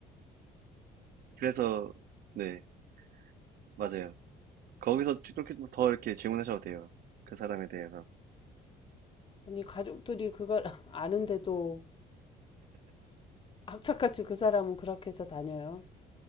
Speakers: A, on the right; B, on the left.
A: 그래서, 네, 맞아요. 거기서 그렇게 더 이렇게 질문하셔도 돼요. 그 사람에 대해서.
B: 아니, 가족들이 그걸 <laughs> 아는데도 악착같이 그 사람은 그렇게 해서 다녀요?